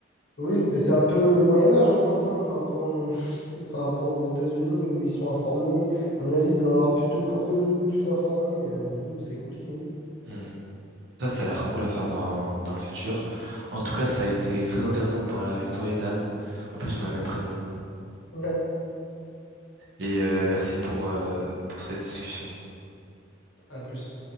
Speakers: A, on the left (about 65°); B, on the right (about 65°).
A: Oui, bah, c'est un peu le Moyen Âge en France, hein, par rapport, euh, <laughs> par rapport aux États-Unis, où ils sont informés. À mon avis, ils doivent avoir plus de cours que nous, plus informés. Euh, nous, c'est compliqué. hein.
B: Hmm. Ça, ça a l'air cool à faire dans, dans le futur. En tout cas, ça a été très intéressant de parler avec toi, Ethan. En plus, on a le même prénom.
A: Ouais.
B: Et euh, merci pour, euh, pour cette discussion.
A: À plus.